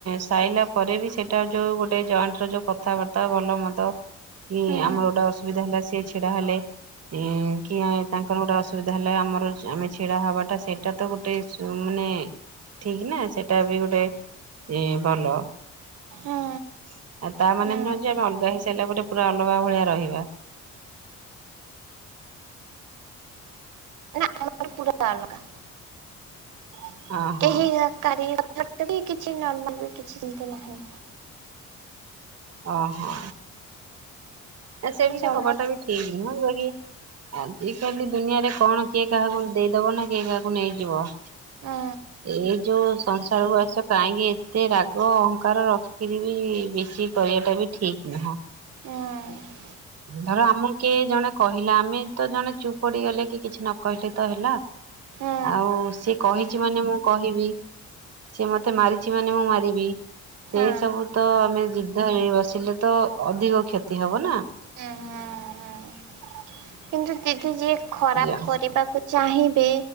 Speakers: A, on the right; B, on the right.
A: ସାଇଲା ପରେ ବି ସେଟା ଯୋଉ ଗୋଟେ ଜଏଣ୍ଟ ର ଯୋଉ କଥାବାର୍ତ୍ତା ଭଲ ମଦ କି
B: ହୁଁ
A: ଆମର ଗୋଟେ ଅସୁବିଧା ହେଲା। କିଏ ଛିଡ଼ା ହେଲେ ହୁଁ କାହିଁ ତାଙ୍କର ଗୋଟେ ଅସୁବିଧା ହେଲା ଆମର ଆମେ ଛିଡା ହେବାଟା ସେଇଟା ତ ଗୋଟେ ମାନେ ଠିକ ନା ସେଇଟା ବି ଗୋଟେ ଏ ଭଲ ଆଉ
B: ହୁଁ
A: ତା ମାନେ
B: ହୁଁ
A: ନୁହଁ ଯେ ଆମେ ଅଲଗା ହେଇ ସାରିଲା ପାରେ ପୁରା ଅଲଗା ଭଳିଆ ରହିବା
B: ନା ଆମ ପୁରା ଅଲଗା କେହି
A: ଓହୋ
B: କାହାରି ଯୋଉଟାକି କିଛି ନର୍ମାଲ ବି କିଛି ସେମିତି ନାହିଁ
A: ଓହୋ ଏ ସେମିତି
B: ସମସ୍ତେ
A: ହବା ଟା ବି ଠିକ୍ ନୁହଁ ଯେ ଆଜିକାଲି ଦୁନିଆରେ କଣ କିଏ କାହାକୁ ଦେଇଦବ ନା କିଏ କାହାକୁ ନେଇଯିବ
B: ହୁଁ
A: ଏଇ ଯୋଉ ସଂସାରକୁୁ ଆସ କାହିଁକି ଏତେ ରାଗ ଅହଙ୍କାର ରଖିକିରି ବି ବେଶୀ କରିବା ଟା ବି ଠିକ ନୁହଁ।
B: ହୁଁ ହୁଁ
A: ଧର ଆମକୁ କି ଜଣେ କହିଲା ଆମେ ତ ଜଣେ ଚୁପ ପଡିଗଲେ କି କିଛି ନ କହିଲେ ତ ହେଲା।
B: ହୁଁ
A: ଆଉ ସେ କହିି କିଛି ମାନେ ମୁଁ କହିବି। ସିଏ ମୋତେ ମାରିଚି ମାନେ ମୁଁ ମାରିବି, ସେ
B: ହଁ
A: ସବୁ ତ ଆମେ ଯୁଦ୍ଧ ହେଇ ବସିଲେ ତ ଅଧିକ କ୍ଷତି ହେବ ନା।
B: ହଁ, ହଁ, ହଁ କିନ୍ତୁ ଦିଦି ଯିଏ ଖରାପ
A: ଯା
B: କରିବାକୁ ଚାହିଁବେ